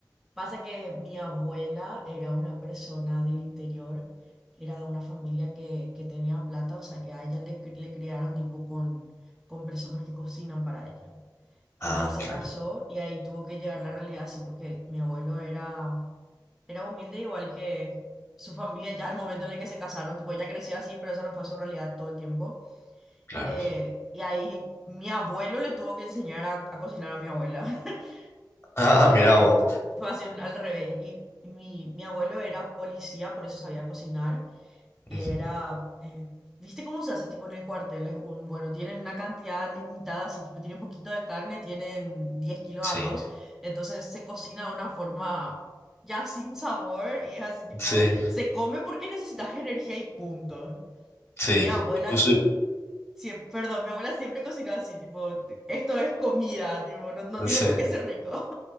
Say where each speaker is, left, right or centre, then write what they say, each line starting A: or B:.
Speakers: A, in the centre; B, on the left (about 35°).
A: pasa que mi abuela era una persona del interior, era de una familia que, que tenía plata, o sea que a ella le, cri- le criaron tipo con, con personas que cocinan para ella. Ella
B: Ah,
A: se
B: claro,
A: casó y ahí tuvo que llegar la realidad así, porque mi abuelo era, era humilde igual que su familia ya al momento en el que se casaron, tipo ella creció así, pero esa no fue su realidad todo el tiempo.
B: claro.
A: Eh, y ahí mi abuelo le tuvo que enseñar a, a cocinar a mi abuela. <laughs>
B: Ah,
A: Fue,
B: mira vos.
A: fue así un- al revés. Y mi, mi abuelo era policía, por eso sabía cocinar. Y
B: Ujú.
A: era, eh, ¿viste cómo se hace tipo en el cuartel? Es un, bueno, tienen una cantidad limitada, así tipo tienen poquito de carne, tienen diez kilos
B: Sí,
A: de arroz. Entonces se cocina de una forma ya sin sabor y es así tipo,
B: sí,
A: se come porque necesitas energía y punto.
B: sí.
A: Mi abuela
B: Cu-
A: Siem- perdón, mi abuela siempre cocinó así, tipo, esto es comida, tipo, no, no tiene
B: sí.
A: por qué ser rico.